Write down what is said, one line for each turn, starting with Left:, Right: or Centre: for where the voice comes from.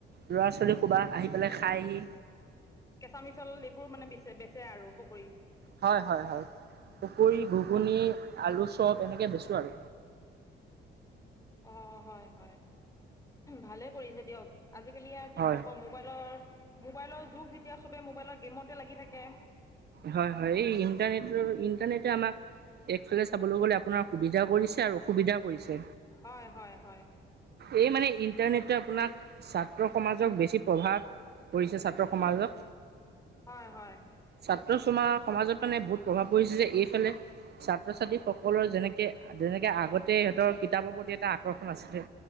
Right: ল'ৰা ছোৱালী খোবা আহি পেলাই খাইহি।
Left: কেঁচা মিছল, এইবোৰ মানে বেচে আৰু পকৰি।
Right: হয় - হয় - হয় পকুৰী ঘুগুনি আলু চপ এনেকৈ বেচো আৰু।
Left: অ' হয়-হয় ভালে কৰিছে দিয়ক। আজিকালি কি
Right: হয়
Left: ক'ব মোবাইলৰ মোবাইলৰ যুগ যেতিয়া চবে মোবাইলৰ গেমতে লাগি থাকে।
Right: হয় - হয় এই ইণ্টাৰনেটৰ - ইণ্টাৰনেটে আমাক একফালে চাবলৈ গলে আপোনাৰ সুবিধা কৰিছে আৰু অসুবিধা কৰিছে
Left: হয় হয় হয়
Right: এই মানে ইনতাৰনেটে আপোনাক ছাত্ৰ সমাজ বেছি প্ৰভাৱ পৰিছে ছাত্ৰ সমাজক
Left: হয় হয়
Right: ছাত্ৰ ছা সমাজত মানে বহুত প্ৰভাৱ পৰিছে যে এইফালে ছাত্ৰ - ছাত্ৰী সকলৰ যেনেকে যেনেকে আগতে সিহতৰ কিতাপৰ প্ৰতি এটা আকৰ্ষণ আছিলে।